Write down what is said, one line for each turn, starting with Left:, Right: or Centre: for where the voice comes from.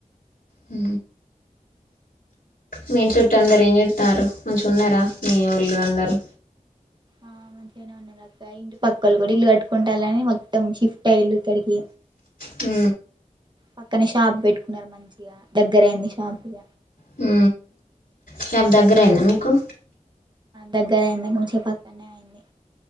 Left: హు మీ ఇంట్లో అందరు ఏం చేస్తన్నారు మంచిగా ఉన్నారా మీ ఒళ్ళు అందరు
Right: ఆ మంచిగానే ఉన్నారు అక్క ఇంటి పక్కలు కూడా ఇల్లు కట్టుకుంటాలని మొత్తం షిఫ్ట్ అయ్యు ఇక్కడికి
Left: హు
Right: పక్కనే షాప్ పెట్టుకున్నారు మంచిగా దగ్గర అయింది షాప్ ఇగ
Left: హు షాప్ దగ్గరయిందా మీకు
Right: దగ్గర అయింది ముంచిగా పక్కనే అయింది